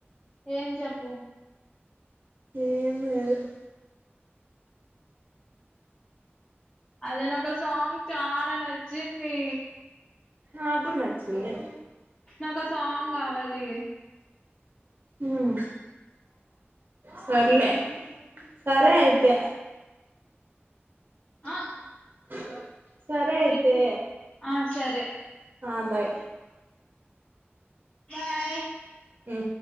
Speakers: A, on the left; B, on the right.
A: ఏం చెప్పు
B: ఏం లేదు.
A: అదే నాకా సాంగ్ చాలా నచ్చింది.
B: నాక్కూడా నచ్చింది.
A: నాకా సాంగ్ కావాలి.
B: మ్మ్ సర్లే సరే అయితే
A: ఆ
B: <inaudible> <inaudible> సరే అయితే
A: ఎన్ని ఆ సరే
B: ఆ బాయ్
A: బాయ్
B: మ్.